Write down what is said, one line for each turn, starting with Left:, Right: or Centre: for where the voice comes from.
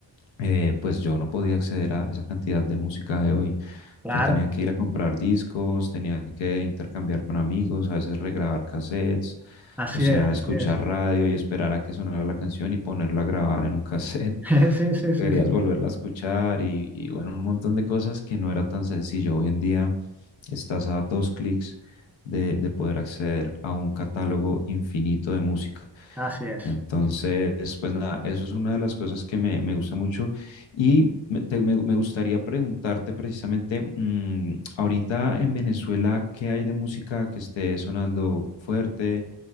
Left: eh, pues yo no podía acceder a esa cantidad de música de hoy.
Centre: claro,
Left: Yo tenía que ir a comprar discos, tenía que intercambiar con amigos, a veces regrabar cassettes,
Centre: así
Left: o sea,
Centre: es, así
Left: escuchar
Centre: es.
Left: radio y esperar a que sonara la canción y ponerla a grabar en un cassette
Centre: <laughs>
Left: <laughs>
Centre: Sí,
Left: si
Centre: sí,
Left: querías
Centre: sí, sí,
Left: volverla a escuchar y, y bueno, un montón de cosas que no era tan sencillo. Hoy en día estás a dos clics de, de poder acceder a un catálogo infinito de música.
Centre: así es.
Left: Entonces, pues nada, eso es una de las cosas que me, me gusta mucho y me, te- me- me gustaría preguntarte precisamente, mm, ahorita en Venezuela, ¿qué hay de música que esté sonando fuerte?